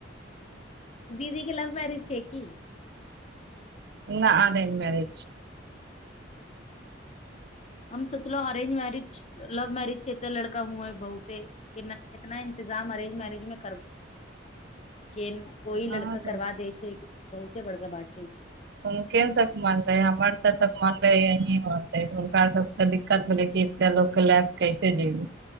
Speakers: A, on the left; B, on the right.
A: दीदी के लव मैरिज छै की?
B: ना अरेंज मैरेज छै।
A: हम सोचलौं अरेंज मैरिज लव मैरिज छै तऽ लड़का उमर बहुते केना केतना इन्तजाम अरेंज मैरेज मे कर <unintelligible> केन कोइ
B: हँ
A: लड़का
B: तऽ
A: करबा दै छै बहुते बड़का बात छैऽ।
B: हुनके सब के मन रहै हमर तऽ सब मन रहैय यहीं होतै हुनका सब तऽ दिक्कत भेलै कि एते लोक के लए क कैसे जैबो?